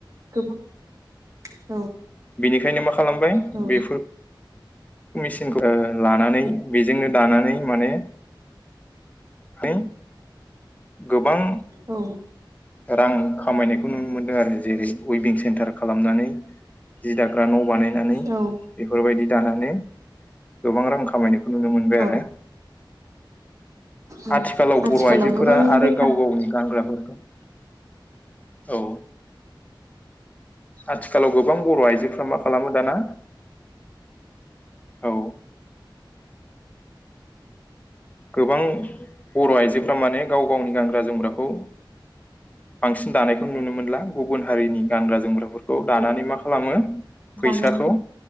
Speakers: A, on the right; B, on the left.
A: <unintelligible>
B: बेनिखायनो मा खालामबाय
A: औ
B: बेफोर मेसिनखौ लानानै बेजोंनो दानानै माने है गोबां
A: औ
B: रां खामायनायखौ नुनो मोनदों आरो जेरै उइबिं सेन्टार खालामनानै जि दा ग्रा न' बानायनानै
A: औ
B: बेफोरबायदि दानानै गोबां रां खामायनो नुनो मोनबाय
A: औ
B: आरो
A: औ
B: आथिखालाव बर' आइजोफोरा
A: गोबां
B: आरो
A: बेखार
B: गाव गावनि गानग्राफोर नंगौ औ आथिखालाव गोबां बर' आइजोफोरा मा खालामो दाना औ गोबां बर' आइजोफोरा माने गाव गावनि गानग्रा जोमग्राखौ बांसिन दानायखौ नुनो मोनला गुबुन हारिनि गानग्रा जोमग्राफोर खौ दानानै
A: औ
B: मा खालामो
A: दानानै
B: फैसाखौ